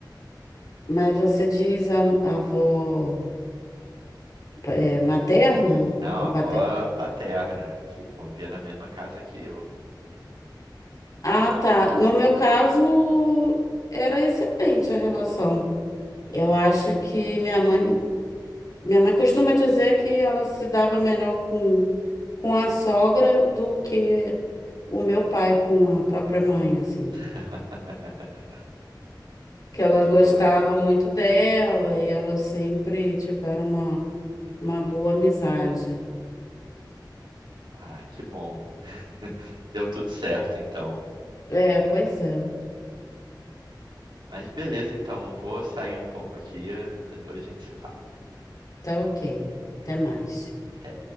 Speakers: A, on the left; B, on the right.
A: Mas você diz a, a avó é, materna
B: Não,
A: ou
B: a avó
A: paterna?
B: paterna, que convivia na mesma casa que eu.
A: Ah, tá. No meu caso, era excelente a relação. Eu acho que minha mãe Minha mãe costuma dizer que ela se dava melhor com, com a sogra do que o meu pai com a própria mãe, assim.
B: <laughs> Muito
A: Que ela gostava
B: doida.
A: muito dela e elas sempre tiveram uma, uma boa amizade.
B: Ah, que bom. Deu tudo certo, então.
A: É, pois é.
B: Mas beleza, então, eu vou sair um pouco aqui, depois a gente se fala.
A: Tá ok. Até mais.
B: Até.